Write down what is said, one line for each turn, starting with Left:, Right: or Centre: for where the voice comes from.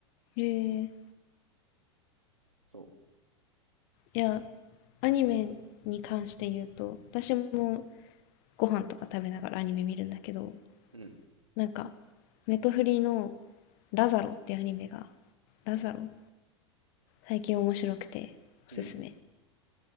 Left: へえ。
Right: そ
Left: いや、アニメに関して言うと私もご飯とか食べながらアニメ見るんだけど
Right: う。うん。
Left: なんかネットフリーの「ラザロ」っていうアニメがラザロ最近面白くておすすめ
Right: うん。